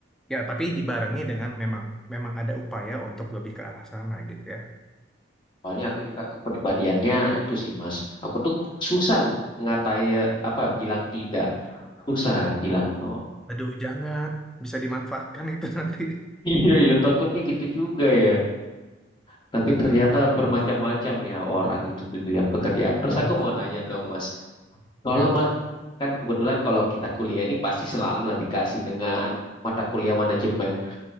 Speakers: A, in the centre; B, on the left.
A: Ya, tapi dibarengi dengan memang memang ada upaya untuk lebih ke arah sana gitu ya.
B: Soalnya aku juga kepribadiannya itu sih Mas. Aku tuh susah ngatai apa bilang tidak, susah bilang no.
A: Aduh, jangan bisa dimanfaatkan itu <laughs> nanti
B: <laughs> Iya ya takutnya gitu juga ya. Tapi
A: Eh,
B: ternyata bermacam-macam ya orang itu di dunia pekerjaan. Terus
A: bermacam-macam.
B: aku mau nanya dong, Mas. Kalau
A: Ya.
B: Mas, kan kebetulan kalau kita kuliah ini pasti selalu lah dikasih dengan mata kuliah manajemen,